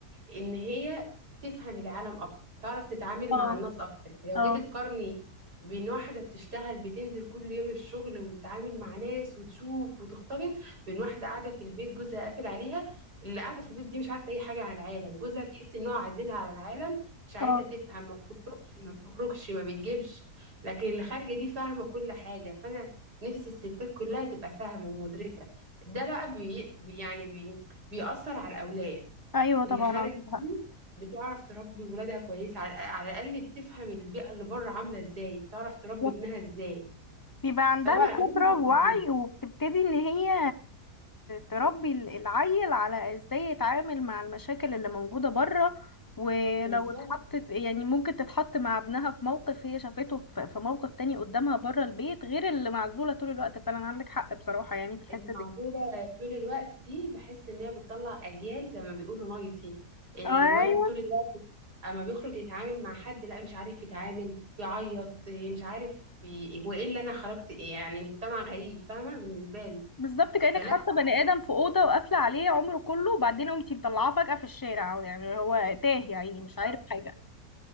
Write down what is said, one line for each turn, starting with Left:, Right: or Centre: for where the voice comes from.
Right: ان هي تفهم العالم اكتر تعرف تتعامل
Left: اه
Right: مع الناس اكتر يعني لو
Left: اه
Right: جيت تقارني بين واحدة بتشتغل بتنزل كل يوم الشغل وتتعامل مع ناس وتشوف وتختلط بين واحدة قاعدة في البيت جوزها قافل عليها اللي قاعدة في البيت دي مش عارفة أي حاجة عن العالم جوزها تحس إن هو عازلها عن العالم مش عايزة
Left: اه
Right: تفهم ما بتخرجش ما بتخرجش ما بتجيبش لكن اللي خارجة دي فاهمة كل حاجة فأنا نفسي الستات كلها تبقى فاهمة ومدركة ده بقى بي بي- يعني بي بيأثر على الأولاد
Left: ايوه
Right: اللي
Left: طبعا
Right: خارج
Left: عندك
Right: دي بتعرف تربي ولادها كويس على على الاقل بتفهم البيئه اللي بره عامله ازاي تعرف تربي
Left: حق
Right: ابنها ازاي
Left: بيبقى عندها
Right: فاهمه غير
Left: خبرة
Right: اللي في
Left: ووعي
Right: البيت
Left: وبتبتدي ان هي تربي ال- العيل على ازاي يتعامل مع المشاكل اللي موجودة بره ولو
Right: بالظبط
Left: اتحطت يعني ممكن تتحط مع ابنها في موقف هي شافته في في موقف تاني قدامها بره البيت غير اللي معزولة طول الوقت فعلا عندك حق بصراحة يعني في الحتة
Right: اللي موجوده
Left: دي
Right: طول الوقت دي بحس ان هي بتطلع اجيال زي ما بيقولوا نايتي الواد
Left: ايوه
Right: طول الوقت اما بيخرج يتعامل مع حد لا مش عارف يتعامل يعيط إيه مش عارف ي- هو ايه اللي انا خرجت إيه؟ يعني مجتمع غريب فاهمه بالنسبه له
Left: بالظبط كأنك
Right: فلا
Left: حاطة بني آدم في أوضة وقافلة عليه عمره كله وبعدين قمتي مطلعاه فجأة في الشارع يعني هو تاه يعني مش عارف
Right: آه،
Left: حاجة